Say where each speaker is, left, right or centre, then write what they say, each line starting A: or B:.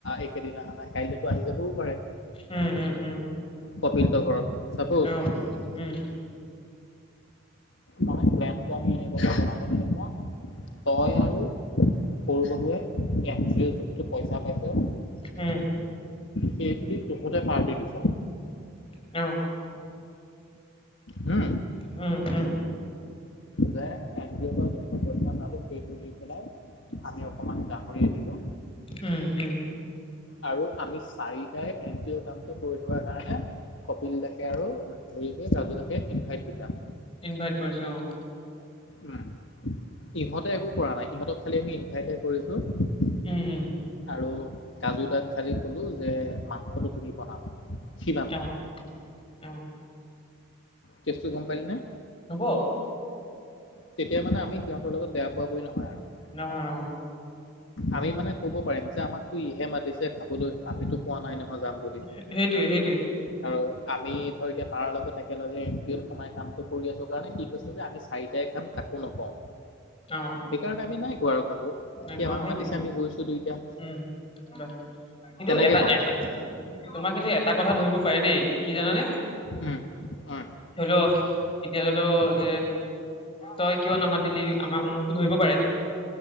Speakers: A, on the left; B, on the left.
A: এইকেইদিন অহা নাই কাইলৈতো আহি যাবও পাৰে
B: উম উম উম
A: কপিলহেত ঘৰত চাপোজ
B: অ উম
A: মানে প্লেনটো আমি এনেদৰে বনাব লাগিব তই আৰু সৰু বাবুৱে এন জিঅ যোনটো পইচা পাইছে
B: উম
A: সেইটো দি টোহতে পাৰ্টি দিছ
B: অ
A: উম
B: উম উম
A: যাই এন জিঅ পা বছ পইছা মালো সেই সুদি পেলাই আমি অকমান গাহৰি আনিলো
B: উম উম
A: আৰু আমি চাৰিটাই এন জি অ কামটো কৰি থকা কাৰণে কপিল দাকে আৰু হেৰিক ৰাজু দাকে ইনভাইট দিবা
B: ইনভাইট কৰিছো অ
A: উম ইহঁতে একো কৰা নাই ইহঁতক খালি আমি ইনভাইটহে কৰিছো
B: উম উম
A: আৰু কাজু দাগ খালি কলো যে মাংসটো তুমি বনাবা সিমান
B: অ
A: কি
B: অ
A: কেছটো গম পালি নে?
B: হ'ব
A: তেতিয়া মানে আমি সিহঁতৰ লগত বেয়া পোৱা পুৰি নহয় আৰু
B: নহয় অ
A: আমি মানে কব পাৰিম যে আমাকতো ইহে মাতিছে খাবলৈ আমিতো কোৱা নাই নহয় যাম বুলি
B: সেইটোৱে সেইটোৱে
A: আৰু আমি ধৰ এতিয়া তাৰ লগত একেলগে এন জিঅ'ত সোমাই কামটো কৰি আছো কাৰণে কি কৈছে যে আমি চাৰিটাই খাম কাকো নকওঁ <inaudible>
B: অ
A: সেইকাৰণে আমি নাই কোৱা আৰু কাকো
B: নাই
A: সি
B: কোৱা
A: আমাক
B: সেইটোৱে
A: মাতিছে আমি গৈছো দুইটা
B: উম কিন্তু
A: কেনেকে
B: এটা
A: ক'ম
B: এটা তোমাক কিন্তু এটা কথা ধৰিব পাৰে দেই কি জানানে
A: উম অ
B: ধৰি ল এতিয়া ধৰি ল যে তই কিয় নামাতিলি আমাৰ মোকটো ধৰিব পাৰে